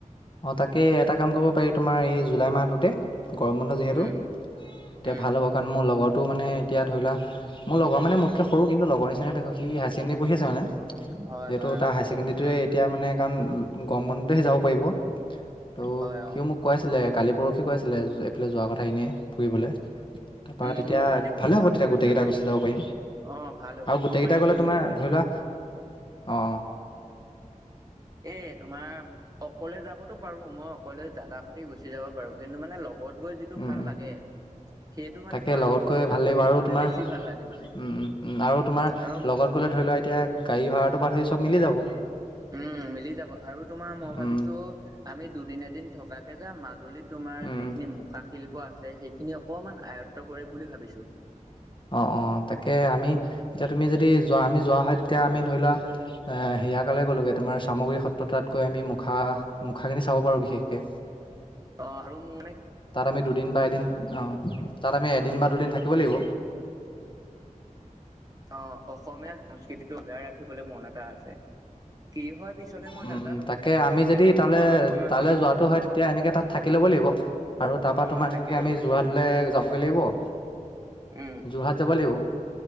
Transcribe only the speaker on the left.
অঁ' তাকে এটা কাম কৰিব পাৰি তোমাৰ এই জুলাই মাহটোতে- গৰম বন্ধ যিহেতু,
এতিয়া
ভাল হ'ব কাৰণ মোৰ লগৰটো মানে এতিয়া ধৰি লোৱা, - মোৰ লগৰ মান মোতকে সৰু কিন্তু লগৰ নিচিনাকে দেখ সি হাইছেকেণ্ডাৰী পঢ়ি আছে মানে। যিহেতু
তাৰ
হায়াৰ চেকেণ্ডেৰী
টোৱে এতিয়া মানে কাৰণ গৰম বন্ধুতো সি যাব পাৰিব। ত'
সিও
মোক- কৈ আছিলে কালি পৰহি কৈ আছিলে এইফালে যোৱা কথা এনেই ফুৰিবলে। তাপা
তেতিয়া
ভালে
হ'ব তেতিয়া
গোটেইগেইটা
গুচি যাব পাৰিম।
আৰু গোটেই
গেইটা
গলে
তোমাৰ
ধৰি লোৱা, অঁ অ'-
উম
উম
তাকে
লগত
গৈ
ভাল
লাগিব আৰু
তোমাৰ
উম উম উম' আৰু তোমাৰ
লগত- গলে ধৰি লোৱা এতিয়া গাড়ী ভাৰাটো বাট হই চব মিলি যাব।
উম
উম
অঁ অঁ তাকে, আমি এতিয়া তুমি যদি যোৱা আমি যোৱা হয় তেতিয়া আমি ধৰি লোৱা, - এ সেয়া তালে গ'লোগে তোমাৰ চামগুৰি সত্ৰ তাত গৈ আমি মুখা মুখাখিনি চাব পাৰো বিশেষকে।
তাত আমি দুদিন বা এদিন ঘঁ তাত আমি এদিন বা দুদিন থাকিব লাগিব।
উম
উম' তাকে, আমি
যদি তালে
তালে যোৱাটো হয় তেতিয়া এনেকে তাত থাকি ল'ব লাগিব। আৰু তাপা
তোমাৰ
এনেকে
আমি
যোৰহাটলে যাবগে লাগিব-
যোৰহাত যাব লাগিব।